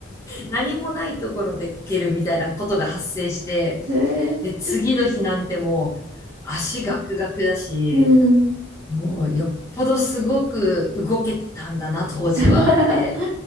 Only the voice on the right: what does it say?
え
ー、うん。
<laughs>